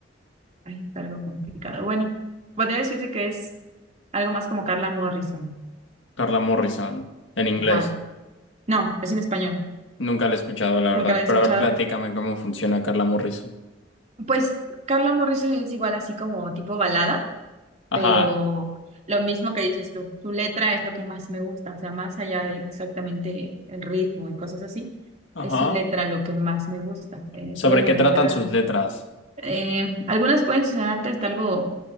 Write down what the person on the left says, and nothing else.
Carla Morrison, en inglés.
Nunca la he escuchado, la verdad.
Pero a ver, platícame cómo funciona Carla Morrison.
Ajá.
Ajá.
¿Sobre
qué
tratan sus letras?